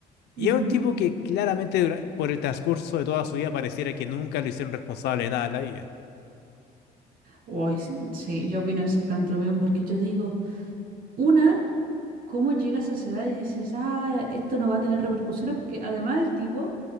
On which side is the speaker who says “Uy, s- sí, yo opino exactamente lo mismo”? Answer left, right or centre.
Right